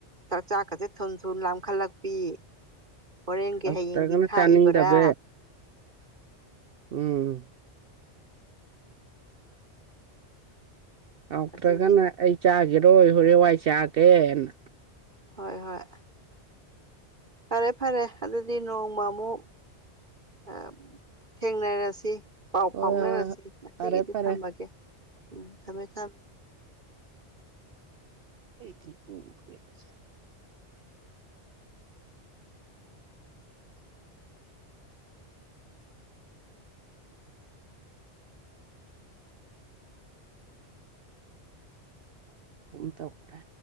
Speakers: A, on the right; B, on the right.
A: ꯆꯥꯛ ꯆꯥꯛꯀꯁꯦ ꯊꯨꯝ ꯊꯨꯝ ꯂꯥꯝꯈꯠꯂꯛꯄꯤ ꯍꯣꯔꯦꯟꯒꯤ
B: ꯍꯥꯎꯇ꯭ꯔꯒꯅ
A: ꯍꯌꯦꯡꯒꯤ ꯈꯥꯛꯏꯕꯔꯥ
B: ꯆꯥꯅꯤꯡꯗꯕ ꯎꯝ ꯍꯥꯎꯇ꯭ꯔꯒꯅ
A: ꯑꯗꯨꯅꯤ
B: ꯑꯩ ꯆꯥꯈꯤꯔꯣꯏ ꯍꯣꯔꯦꯟꯋꯥꯏ ꯆꯥꯒꯦꯅ
A: ꯍꯣꯏ ꯍꯣꯏ ꯐꯔꯦ ꯐꯔꯦ ꯑꯗꯨꯗꯤ ꯅꯣꯡꯃ ꯑꯃꯨꯛ ꯑ ꯊꯦꯡꯅꯔꯁꯤ ꯄꯥꯎ
B: ꯍꯣꯏ
A: ꯐꯥꯎꯅꯔꯁꯤ
B: ꯍꯣꯏ ꯍꯣꯏ
A: ꯉꯁꯤꯒꯤꯗꯤ
B: ꯐꯔꯦ ꯐꯔꯦ
A: ꯊꯝꯃꯒꯦ ꯎꯝ ꯊꯝꯃꯦ ꯊꯝꯃꯦ
B: <unintelligible> ꯑꯗꯨꯝ ꯇꯧꯈ꯭ꯔꯦ